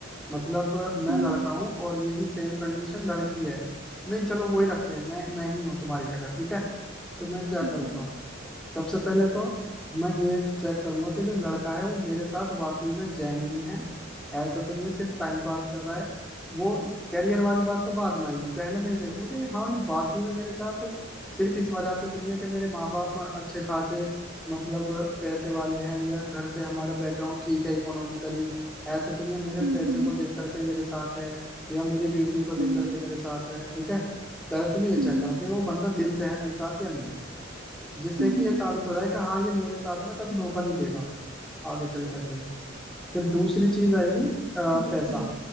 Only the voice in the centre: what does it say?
मतलब मैं
लड़का हूँ और यही सेम कंडीशन लड़की है नहीं चलो वही रखते हैं मैं मैं ही हूँ तुम्हारी जगह ठीक है तो मैं क्या
करूँगा
सबसे पहले तो मैं ये चेक करूंगा कि जो लड़का है वो मेरे साथ वाकई में जेन्युइन है ऐसा तो नहीं है सिर्फ टाइम पास कर रहा है वो करियर वाली बात तो बाद में आएगी पहले मैं ये देखूँ कि हाँ ये वाकई में मेरे साथ सिर्फ इस वजह से तो नहीं है कि मेरे माँ बाप अच्छे खासे मतलब पैसे वाले हैं या घर से हमारा बैकग्राउंड ठीक है इकोनॉमिकली ऐसा तो नहीं है मेरे
पैसे
को देख करके मेरे साथ है या मेरी ब्यूटी को देख
करके मेरे साथ है ठीक है पहले तो मैं ये
चेक करूँ कि वो बंदा दिल से है मेरे साथ या नहीं जिससे
कि ये साबित हो रहा है कि हाँ ये मेरे साथ ना कभी धोखा नहीं देगा आगे चल करके फिर दूसरी चीज आएगी अ,
पैसा